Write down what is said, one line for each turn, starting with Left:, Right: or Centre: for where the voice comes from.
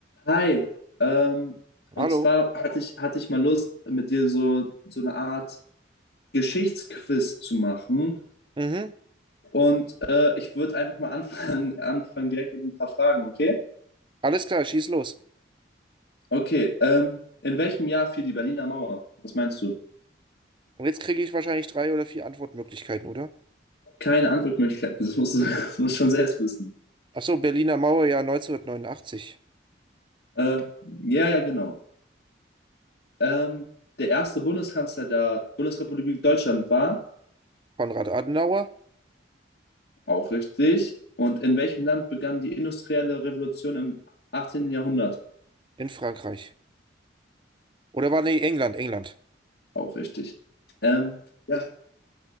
Left: Hi, ähm, und
Right: Hallo?
Left: zwar hatte ich, hatte ich mal Lust, mit dir so, so eine Art Geschichtsquiz zu machen.
Right: Mhm.
Left: Und äh, ich würde einfach mal anfangen, <laughs> anfangen direkt mit ein paar Fragen, okay?
Right: Alles klar, schieß los.
Left: Okay, ähm, in welchem Jahr fiel die Berliner Mauer? Was meinst du?
Right: Und jetzt kriege ich wahrscheinlich drei oder vier Antwortmöglichkeiten, oder?
Left: Keine Antwortmöglichkeiten, <laughs> das musst du, <laughs> das musst du schon selbst wissen.
Right: Ach so, Berliner Mauer, ja, 1989.
Left: Äh, ja, ja, genau. Ähm, der erste Bundeskanzler der Bundesrepublik Deutschland war,
Right: Konrad Adenauer
Left: auch richtig. Und in welchem Land begann die industrielle Revolution im 18. Jahrhundert?
Right: in Frankreich. Oder war, nee, England, England.
Left: Auch richtig. Ähm, ja,